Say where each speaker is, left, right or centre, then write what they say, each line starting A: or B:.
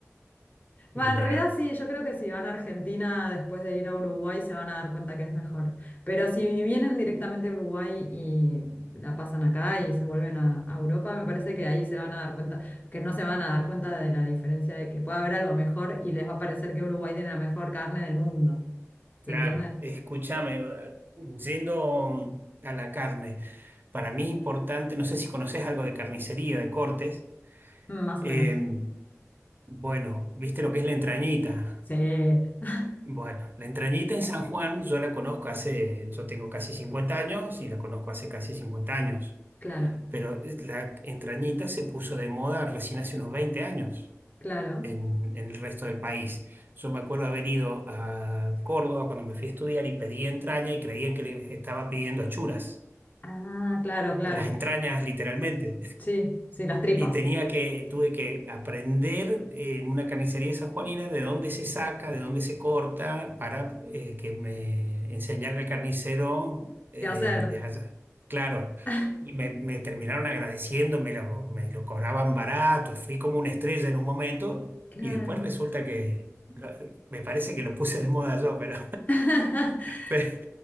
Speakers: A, on the right; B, on the left.
A: Mira,
B: Va, en realidad sí, yo creo que si van a Argentina después de ir a Uruguay se van a dar cuenta que es mejor. Pero si vienen directamente a Uruguay y la pasan acá y se vuelven a, a Europa, me parece que ahí se van a dar cuenta, que no se van a dar cuenta de la diferencia de que puede haber algo mejor y les va a parecer que Uruguay tiene la mejor carne del mundo. ¿Se
A: claro,
B: entiende?
A: escúchame, eh, yendo a la carne, para mí es importante, no sé si conoces algo de carnicería, de cortes,
B: Mm, Más
A: eh,
B: o menos.
A: bueno, ¿viste lo que es la entrañita?
B: Sí, <laughs>
A: Bueno, la entrañita en San Juan yo la conozco hace, yo tengo casi 50 años y la conozco hace casi 50 años,
B: claro,
A: pero la entrañita se puso de moda recién hace unos 20 años.
B: claro.
A: en, en el resto del país. Yo me acuerdo haber ido a Córdoba cuando me fui a estudiar y pedí entraña y creían que les estaba pidiendo achuras,
B: Ah, claro, claro.
A: las entrañas literalmente.
B: Sí, sí, las tripas.
A: Y tenía que, tuve que aprender eh, en una carnicería sanjuanina de dónde se saca, de dónde se corta, para eh, que me enseñara el carnicero eh,
B: ¿Qué hacer?
A: de allá. Claro,
B: <laughs>
A: y me, me terminaron agradeciendo, me lo, me lo cobraban barato, fui como una estrella en un momento,
B: Claro.
A: y después resulta que, lo- me parece que lo puse de moda yo, pero,
B: <laughs>
A: <laughs>